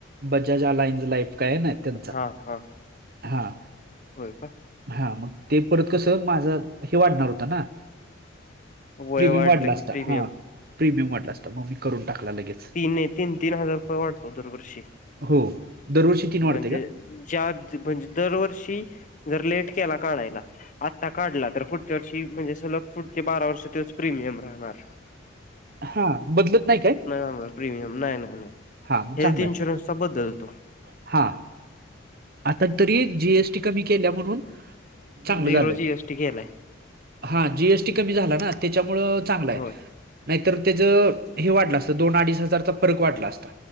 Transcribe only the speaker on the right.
बजाज आलाइनज लाईफ काय ना त्यांचा
हा
हा मग ते परत कसं माझं हे वाढणार होत ना
प्रीमियम
वाढला असता
हा प्रीमियम वाढला असता मग मी करून टाकला लगेच
हो दरवर्षी तीन वाढते
का
हा बदलत नाही काय
हा मग
चांगलं
आहे
हा आता तरी जीएसटी कमी केल्या म्हणून चांगलं
झालंय
हा जीएसटी कमी झाला ना त्याच्यामुळे चांगलं आहे
नाहीतर त्याचं हे वाढलं असतं दोन अडीच हजारचा फरक वाढला असता